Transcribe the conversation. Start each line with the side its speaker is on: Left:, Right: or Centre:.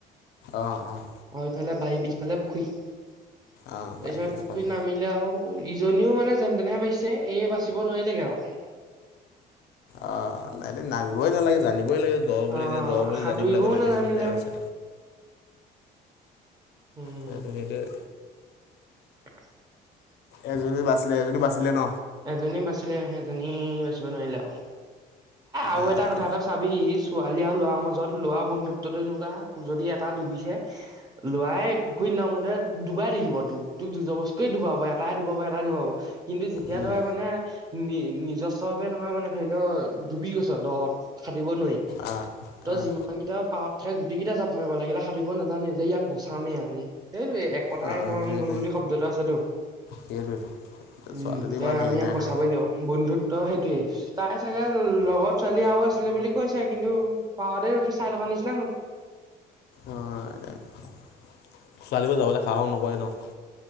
Left: অঁ অঁ
Right: আৰু ইফালে বাৰী পিছ ফালে পুখুৰী তাৰপিছত
Left: অঁ বাৰীৰ পিছফালে।
Right: পুখুৰী নামিলে আও জনীও মানে যেন তেনেহে বাচিছে এই বাচিব নোৱাৰিলেগে আৰু
Left: অ' নামিবই নালাগে। জানিবই লাগে দ বুলি
Right: অ
Left: যে দ বুলি
Right: সাঁতুৰিবও
Left: জানিবলৈ আকৌ নামিছে
Right: নাজানিলে
Left: যে বেয়া হৈছে
Right: উম
Left: সেইটোৱেই
Right: <unintelligible>
Left: এজনী বাচিলে এজনী বাচিলে ন
Right: এজনী বাচিলে সেইজনী বাচিব নোৱাৰিলে। আও এ আৰু
Left: অ'।
Right: এটা কথা এটা চাবি ছোৱালী আৰু ল'ৰাৰ মাজত লোৱা বন্ধুত্বটো এনেকুৱা যদি এটা ডুবিছে লৰাই পুখুৰীত নামোতে ডুবাই থাকিব তোক তোক জোৰ জবচকৈ ডুবাব এটাই ডুবাব এটাই ডুবাব কিন্তু এতিয়া
Left: উম,
Right: ধৰ মানে নি নিজস্ব ভাৱে নহয় মানে ধৰি লও ডুবি গৈছ দ'ত দিব নোৱাৰি
Left: আহ,
Right: তই
Left: আহ,
Right: যিমান কেইটা পাৱত তাকে গোটেই কেইটা জাপ মাৰিব লাগিলে সাতুৰিব নাজানেই যে ইয়াক বচামেই আমি সেইটো একতাই
Left: অ'
Right: পৰম
Left: সেইটোৱে
Right: বল বুলি শব্দ এটা আছে তো
Left: সেইটোৱেতো।
Right: উম
Left: ছোৱালীটো
Right: যে
Left: ইমান
Right: আমি
Left: হেৰি
Right: ইয়াক
Left: নাই
Right: বচাবই
Left: ন
Right: লাগিব বন্ধুত ত সেইটোয়ে তাই চাগে লগৰ ছোৱালী আৰু আছিলে বুলি কৈছে কিন্তু পাওঁতে ৰখি চাই থকা নাই। <unintelligible>
Left: অ ছোৱালীবোৰ যাবলৈ সাহস নকৰে ন